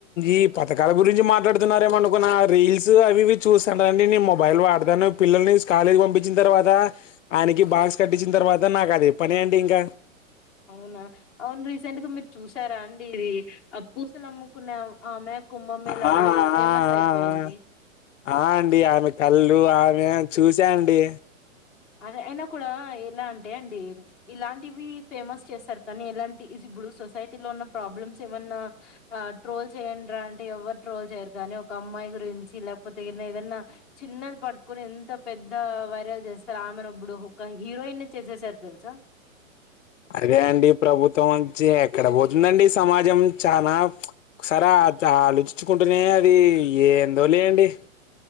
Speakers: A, on the left; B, in the centre.
A: ఈ పథకాల గురించి మాట్లాడుతున్నారేమో అనుకున్న. రీల్స్ అవి ఇవి చూసానండి నేన్ మొబైల్ వాడతాను. పిల్లల్ని స్కలేజ్ పంపించిన తర్వాత ఆయనకి బాక్స్ కట్టించిన తర్వాత నాక్. అదే పని అండి ఇంకా.
B: అవునా. అవును రీసెంట్ గా మీర్ చూసారా అండి, ఇది ఆ పూసలు అమ్ముకునే ఆమె. కుంభమేళలో
A: ఆ ఆ
B: ఫేమస్
A: ఆ
B: అయిపోయింది.
A: ఆ, ఆ అండి ఆమె కళ్ళు, ఆ యా చూసాఅండి.
B: అది అయినా కూడా ఎలా అంటే అండి, ఇలాంటివి ఫేమస్ చేస్తారు కానీ ఎలాంటి ఇప్పుడు సొసైటీ లో ఉన్న ప్రాబ్లమ్స్ ఏమన్నా ట్రోల్ చేయండిరా అంటే, ఎవరు ట్రోల్ చేయ్యరు కానీ ఒక అమ్మాయి గురించి, లేకపోతే ఏన్న ఏదన్నా చిన్నది పట్టుకోని, ఎంత పెద్ద వైరల్ చేస్త్. రామెన్అబ్బుడు ఒక హీరోయిన్ చేసేసారు తెల్స.
A: అదే అండి ప్రభుత్వం నుంచి ఎక్కడ పోతుందండి సమాజం, చాలా ఒకసర చా ఆలోచించుకుంటూనే అది ఏందో లెండి.